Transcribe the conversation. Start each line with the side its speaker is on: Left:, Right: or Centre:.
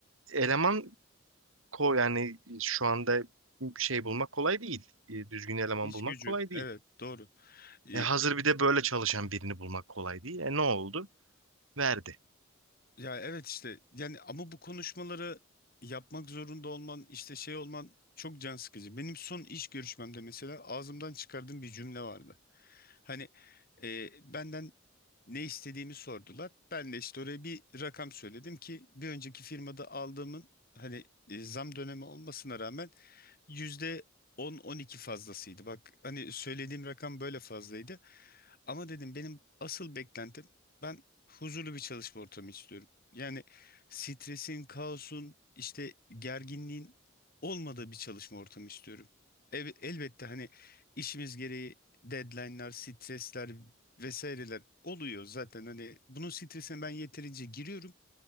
Right: eleman ko yani e, şu anda şey bulmak kolay değil. E, düzgün eleman
Left: İş
Right: bulmak
Left: gücü.
Right: kolay değil.
Left: Evet doğru. E,
Right: E, hazır bir de böyle çalışan birini bulmak kolay değil. E ne oldu? Verdi.
Left: Ya evet işte yani ama bu konuşmaları yapmak zorunda olman işte şey olman çok can sıkıcı. Benim son iş görüşmemde mesela ağzımdan çıkardığım bir cümle vardı. Hani e, benden ne istediğimi sordular. Ben de işte oraya bir rakam söyledim ki bir önceki firmada aldığımın hani e, zam dönemi olmasına rağmen yüzde on on iki fazlasıydı. Bak hani söylediğim rakam böyle fazlaydı. Ama dedim benim asıl beklentim ben huzurlu bir çalışma ortamı istiyorum. Yani stresin, kaosun, işte gerginliğin olmadığı bir çalışma ortamı istiyorum. Ev- elbette hani işimiz gereği deadline'lar, stresler vesaireler oluyor zaten. Hani bunun stresine ben yeterince giriyorum.